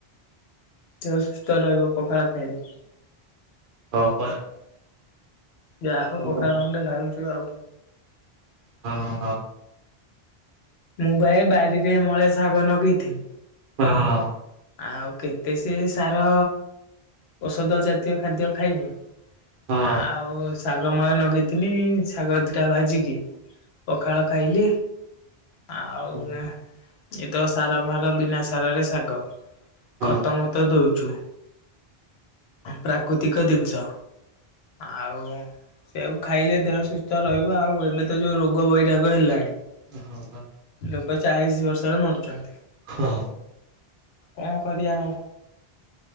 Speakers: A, on the left; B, on the right.
A: ଦେହ ସୁସ୍ଥ ରହିବ ପଖାଳ ଖାଇଲେ।
B: ହ ବା।
A: ଯାହା ହଉ ପଖାଳ
B: ଓହୋ।
A: ଖଣ୍ଡେ ଖାଉଛୁ ଆଉ
B: ହଁ।
A: ମୁଁ ପା ବାରିରେ ମଳେ ଶାଗ ନଗେଇଥିଲି।
B: ହଁ।
A: ଆଉ କେତେ ସେ ସାର ଔଷଧ ଜାତୀୟ ଖାଦ୍ୟ ଖାଇବୁ।
B: ହଁ।
A: ଆଉ ଶାଗମୟ ଲଗେଇଥିଲି ଶାଗ ଦିଟା ଭାଜିକି। ପଖାଳ ଖାଇଲି ଆଉ
B: ହୁଁ।
A: ଏ ତ ସାର ଭାର ବିନା ସାରରେ ଶାଗ
B: ହଁ
A: ଖତ ମ ତ ଦଉଛୁ। ପ୍ରାକୃତିକ ଜିନିଷ ଆଉ ସେୟାକୁ ଖାଇଲେ ଦେହ ସୁସ୍ଥ ରହିବ ଆଉ ଏବେ ତ ଯୋଉ ରୋଗ ବୈରାଗ ହେଲାଣି?
B: ହଁ ବା।
A: ଲୋକ ଚାଳିଶ ବର୍ଷରେ ମରୁଛନ୍ତି।
B: ହଁ।
A: କଣ କରିବା ଆଉ?